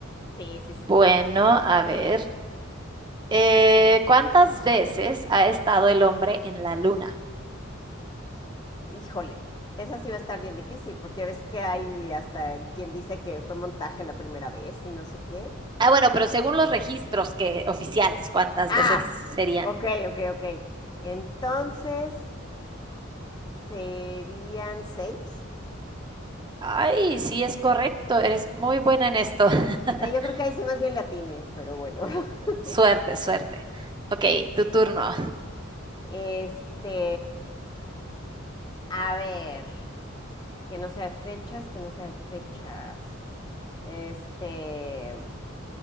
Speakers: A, on the left; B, on the right.
A: sí, sí,
B: Bueno,
A: sí.
B: a ver. eh, ¿cuántas veces ha estado el hombre en la luna?
A: Híjole, esa sí va a estar bien difícil, porque ya ves que hay hasta quien dice que fue montaje la primera vez y no sé qué.
B: Ah, bueno, pero según los registros que oficiales, ¿cuántas
A: Ah,
B: veces serían?
A: ok, ok, ok. Entonces, serían seis.
B: Ay, sí es correcto. Eres muy buena en esto. <laughs>
A: yo creo que ahí sí más bien le atine, pero bueno. <laughs>
B: Suerte, suerte. Ok, tu turno.
A: Este, a ver, que no sea de fechas, que no sea de fechas. Este,